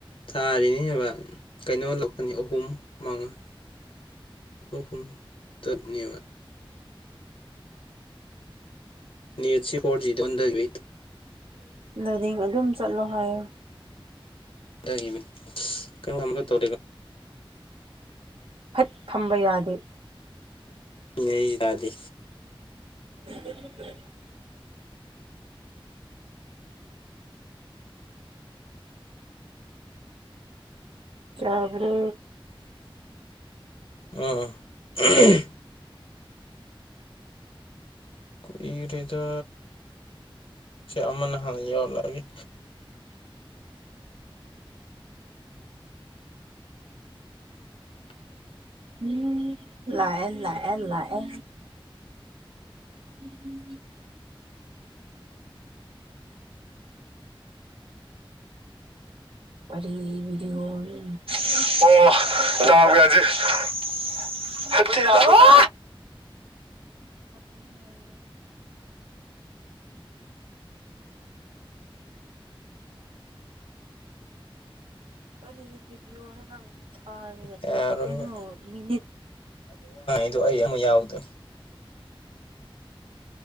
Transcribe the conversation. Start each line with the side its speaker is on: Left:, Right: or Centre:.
Left: ꯊꯥꯔꯤꯅꯦꯕ ꯀꯩꯅꯣ ꯂꯥꯛꯀꯅꯤ ꯑꯍꯨꯝ ꯃꯉꯥ ꯑꯍꯨꯝ ꯇꯔꯨꯛ ꯅꯦꯕ ꯅꯦꯠꯁꯤ ꯐꯣꯔꯖꯤꯗ ꯑꯣꯟꯗꯒꯔꯦ
Right: ꯂꯣꯗꯤꯡ ꯑꯗꯨꯝ ꯆꯠꯂꯣ ꯍꯥꯏꯌꯣ
Left: <inaudible> <unintelligible>
Right: ꯐꯠ ꯊꯝꯕ ꯌꯥꯗꯦ
Left: <inaudible> ꯅꯩ ꯌꯥꯗꯦ
Right: <inaudible> <inaudible> ꯆꯥꯕ꯭ꯔꯣ
Left: ꯑ <unintelligible> ꯀꯨꯢꯔꯦꯗ ꯑꯃꯅ ꯍꯥꯟꯅ ꯌꯧꯍꯜꯂꯛ ꯑ ꯒꯦ <inaudible>
Right: ꯎꯝ ꯂꯥꯛꯑꯦ ꯂꯥꯛꯑꯦ ꯂꯥꯛꯑꯦ <inaudible> <unintelligible> <unintelligible> <inaudible> ꯀꯔꯤ ꯚꯤꯗꯤꯑꯣꯅꯣ ꯅꯪ ꯊꯥꯔꯤꯁꯦ
Left: ꯌꯥꯔꯣꯏꯕ
Right: ꯀꯩꯅꯣ ꯃꯤꯅꯤꯠ
Left: ꯑꯗꯨ ꯑꯩ ꯑꯃ ꯌꯥꯎꯗ꯭ꯔꯣ